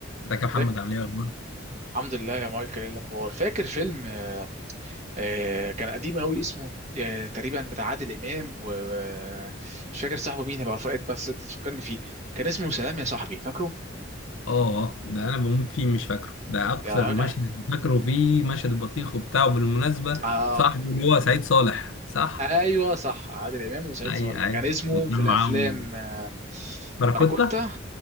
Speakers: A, on the left; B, on the right.
A: ازيك يا محمد
B: ازيك
A: عامل ايه اخبارك؟
B: الحمد لله يا مايكل ايه الاخبار فاكر فيلم آه، آه، كان قديم قوي اسمه آه، تقريبا بتاع عادل امام ومش فاكر صاحبه مين بقى فاقد بس انت تفكرني فيه كان اسمه سلام يا صاحبي فاكره
A: اه اه ده انا بموت فيه مش فاكره ده اكثر
B: يا
A: مشهد
B: جدع
A: فاكره فيه مشهد البطيخ وبتاعه بالمناسبة
B: اه
A: صاحبه اللي هو سعيد صالح صح؟
B: ايوه صح عادل امام وسعيد
A: ايوه
B: صالح
A: ايوه
B: كان اسمه
A: وكان
B: في الافلام
A: معاهم
B: آه،
A: باراكوتا
B: باراكوتا